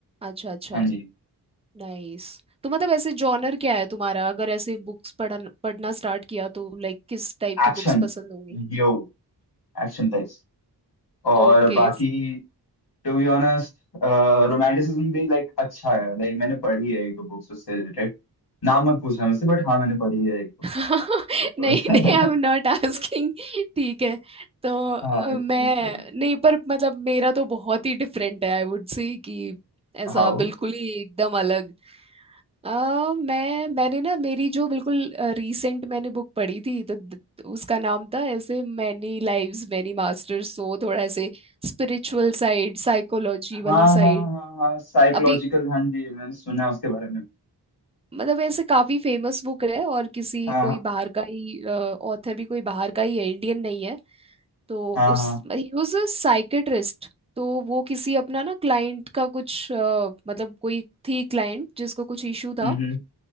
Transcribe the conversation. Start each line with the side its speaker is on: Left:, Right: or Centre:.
Right: अच्छा अच्छा
Left: हाँ जी
Right: नाइस तो मतलब ऐसे जॉनर क्या है तुम्हारा अगर ऐसे बुक्स पढ़न पढ़ना स्टार्ट किया तो लाइक किस टाइप की
Left: एक्शन
Right: बुक्स पसंद होंगी
Left: यो एक्शन टाइप्स और
Right: ओके
Left: बाकी टू बी ऑनेस्ट रोमांटिसिज्म भी लाइक अच्छा है लाइक मैंने पढ़ी है एक दो बुक्स उससे रिलेटेड नाम मत पूछना मुझसे बट हाँ मैंने पढ़ी है एक
Right: <laughs>
Left: दो
Right: नहीं नहीं आई एम
Left: <laughs>
Right: नॉट आस्किंग ठीक है तो अ,
Left: हाँ
Right: मैं
Left: बड़ी
Right: नहीं पर मतलब मेरा तो बहुत ही डिफरेंट है आई वुड से कि ऐसा
Left: हाउ
Right: बिल्कुल ही एकदम अलग अ मैं मैंने ना मेरी जो बिल्कुल रीसेंट मैंने बुक पढ़ी थी तो द- उसका नाम था ऐसे मैनी लाइव्स मैनी मास्टर्स तो वो थोड़ा ऐसे स्पिरिचुअल साइड साइकोलॉजी वाली
Left: हाँ
Right: साइड
Left: हाँ हाँ हाँ साइकोलॉजिकल
Right: अभी
Left: हाँ जी मैंने सुना है उसके बारे में
Right: मतलब ऐसे काफी फेमस बुक है और किसी
Left: हाँ
Right: कोई
Left: हाँ
Right: बाहर का ही ऑथर भी कोई बाहर का ही है इंडियन नहीं है तो
Left: हाँ
Right: उस
Left: हाँ
Right: ही वाज अ साइकेट्रिस्ट तो वो किसी अपना ना क्लाइंट का कुछ अ, मतलब कोई थी क्लाइंट जिसको कुछ इशू था
Left: हम्म हम्म,